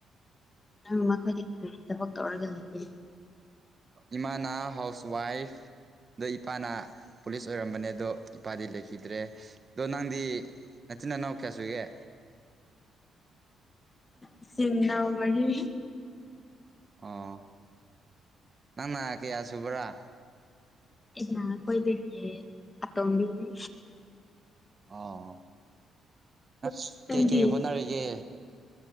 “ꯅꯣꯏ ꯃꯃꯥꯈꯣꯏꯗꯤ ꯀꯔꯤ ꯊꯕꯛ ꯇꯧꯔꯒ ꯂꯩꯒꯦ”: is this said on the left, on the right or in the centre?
Left